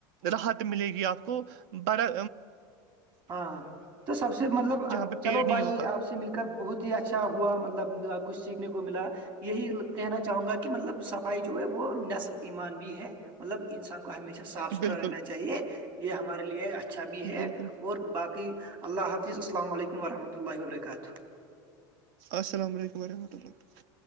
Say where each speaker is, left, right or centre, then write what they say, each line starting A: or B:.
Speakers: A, on the right; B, on the right.
A: راحت ملے گی آپ کو بڑا
B: ہاں تو سب سے مطلب
A: پہ
B: چلو
A: پیڑ نہیں
B: بھائی
A: ہوگا
B: آپ سے مل کر بہت اچھا ہوا مطلب کچھ سیکھنے کو ملا یہی کہنا چاہوں گا کہ مطلب صفائی جو ہے وہ نصف ایمان بھی ہے مطلب انسان کو ہمیشہ صاف ستھرا
A: بالکل
B: رہنا چاہیے یہ ہمارے لیے اچھا بھی ہے
A: بالکل
B: اور باقی اللہ حافظ السلام علیکم رحمۃ اللہ وبرکاتہ
A: السلام علیکم و رحمۃ اللہ